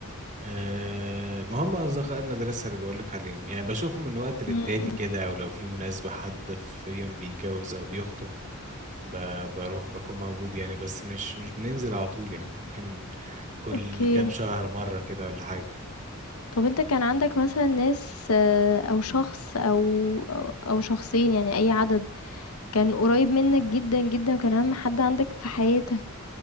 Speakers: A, on the right (about 35°); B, on the left (about 85°).
A: أه ما هم اصدقاء المدرسة اللي بقولك عليهم يعني بشوفهم من وقت للتاني
B: إمم.
A: كده او لو في مناسبة حد في يوم بيتجوز او بيخطب ب- بروح بكون موجود يعني بس مش مش بننزل على طول يعني ممكن كل
B: أوكي.
A: كام شهر مرة كده ولا حاجة
B: طب أنت كان عندك مثلًا ناس آآ، أو شخص أو أو أو شخصين يعني أي عدد، كان قريب منك جدًا، جدًا وكان أهم حد عندك في حياتك